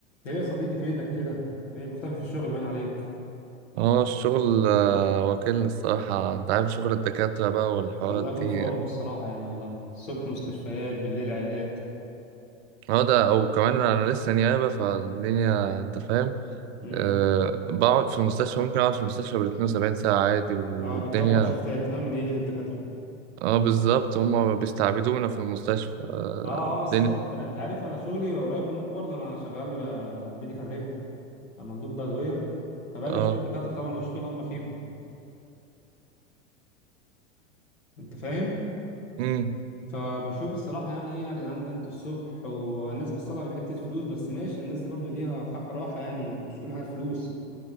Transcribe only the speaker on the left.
ايه يا صديقي فينك كده ايه مختفي في الشغل باين عليك
ده الله يكون
في عونكم الصراحه يعني والله الصبح مستشفيات بالليل عيادات
امم
اه بتطبق شيفتات ها من قله الدكاتره
اه
اه اصل انا انت انت عارف انا شغلي قريب منكم برضه انا شغال ميديكال ريب مندوب بادويه فباجي
اشوف الدكاتره طبعا واشوف اللي هم فيهم انت فاهم
فبشوف الصراحه يعني ايه يا جدعان ده انتوا الصبح والناس بتصلها بحته فلوس بس ماشي الناس دي برضه ليها حق راحه يعني مش كل حاجه فلوس